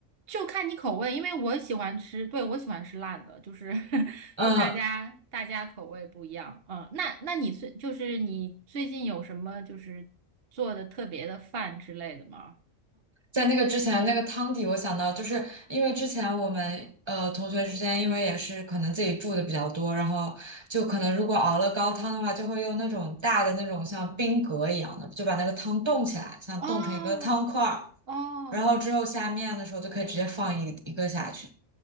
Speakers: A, on the right; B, on the right.
A: 就看你口味，因为我喜欢吃，对，我喜欢吃辣的，就是 <laughs>
B: <laughs> 嗯。
A: 就大家大家口味不一样，嗯，那那你最就是你最近有什么就是做的特别的饭之类的吗？
B: 在那个之前，那个汤底我想到，就是因为之前我们呃同学之间，因为也是可能自己住的比较多，然后就可能如果熬了高汤的话，就会用那种大的那种像冰格一样的，就把那个汤冻起来，像冻成一个汤块儿，
A: 哦哦
B: 然后之后下面的时候就可以直接放一一个下去。